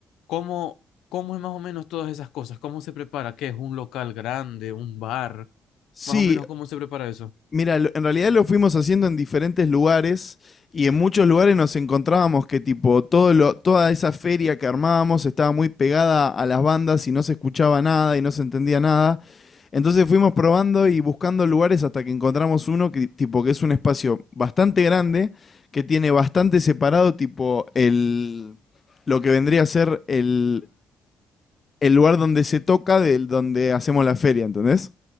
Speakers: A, on the left; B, on the left.
A: ¿cómo, cómo es más o menos todas esas cosas? ¿Cómo se prepara? ¿Qué es un local grande, un bar?
B: Sí,
A: Más o menos, ¿cómo se prepara eso?
B: Mira, lo- en realidad lo fuimos haciendo en diferentes lugares y en muchos lugares nos encontrábamos que tipo todo lo, toda esa feria que armábamos estaba muy pegada a las bandas y no se escuchaba nada y no se entendía nada. Entonces fuimos probando y buscando lugares hasta que encontramos uno que tipo que es un espacio bastante grande que tiene bastante separado tipo el lo que vendría a ser el, el lugar donde se toca del donde hacemos la feria, ¿entendés?